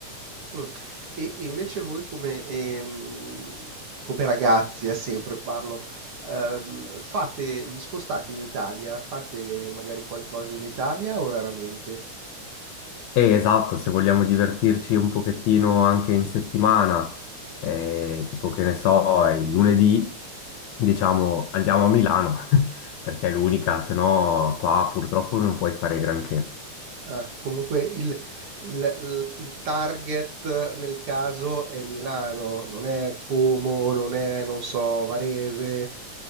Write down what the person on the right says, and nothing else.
Mm. E e invece voi come, ehm, come ragazzi, eh, sempre parlo, ehm, fate, vi spostate in Italia, fate magari qualcosa in Italia o raramente?
Ah, comunque il il l il target nel caso è Milano, non è Como, non è, non so, Varese,